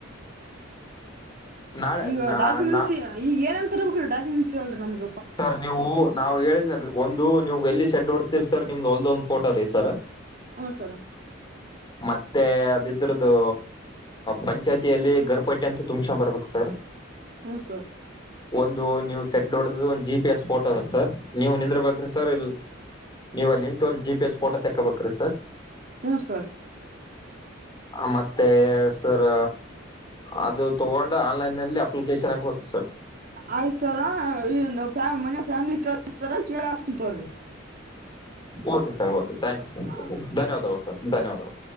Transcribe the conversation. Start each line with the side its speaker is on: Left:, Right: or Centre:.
Left: ನಾಳೆ
Right: ಈಗ ಡಾಕುಮೆಂಟ್ಸ್
Left: ನಾ
Right: ಈ ಏನಂತ ತರಬೇಕುರ ಡಾಕುಮೆಂಟ್ಸ್ ಹೇಳಿ ನನಗೆ
Left: ಸರ್ ನೀವು ನಾವ್ ಹೇಳಿದ ಒಂದು ನೀವು್ ಎಲ್ಲಿ ಶೆಡ್ ಓಡ್ಸ್ತೀರಿ ಸರ್ ನಿಮ್ದ ಒಲ್ದ ಒಂದ್ ಫೋಟೋ ರೀ ಸರ್.
Right: ಹ- ಸರ
Left: ಮತ್ತೆ ಅದ ಇದ್ರದದುು ಪಂಚಾಯ್ತಿಯಲ್ಲಿ ಗರ್ಪಟ್ಟಿ ಅಂತ ತುಂಬಸ ಬರ್ಬೇಕ ಸರ್.
Right: ಹ್ಮ್ -ಸರ್
Left: ಒಂದು ನೀವು ಸೆಟ್ ನೋಡ್ದ ಒಂದ ಜಿ ಪಿ ಎಸ್ ಫೋಟೋ ಅ ಸರ್ ನೀವು ನಿಂದ್ರ ಬಕ್ರಿ ಸರ್ ಇಲ್ಲಿ ನೀವು ಅಲ್ಲಿಂತ್ ಒಂದು ಜಿ ಪಿ ಎಸ್ ಫೋಟೋ ತಕೋಬೇಕು -ರೀ -ಸರ್
Right: ಹ್ಞ -ಸರ್
Left: ಮತ್ತೆ ಸರ್ ಅದು ತೊಗೊಂಡು ಆನ್ಲೈನ್ಲ್ಲಿ ಅಪ್ಲಿಕೇಶನ್ ಹಾಕ್ಬೇಕು ಸರ್.
Right: ಆಯ್ಸರ ಈ <unintelligible> ಾಮ ಮನ ಫ್ಯಾಮಿಲಿ ಕೇಳಸರ ಕೇಳಸಂತವ್ರಿ
Left: okay sir K thank sir
Right: ಹಾ
Left: ಧನ್ಯವಾದಗಳು
Right: ಹಾ
Left: ಸರ್ ಧನ್ಯವಾದಗಳು